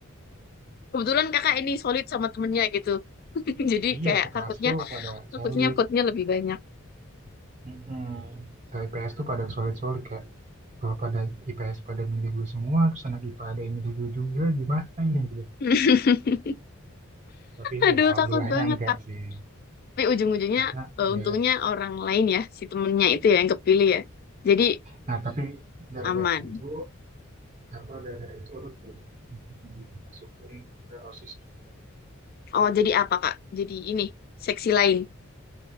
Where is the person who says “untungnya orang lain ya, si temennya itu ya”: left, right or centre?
Left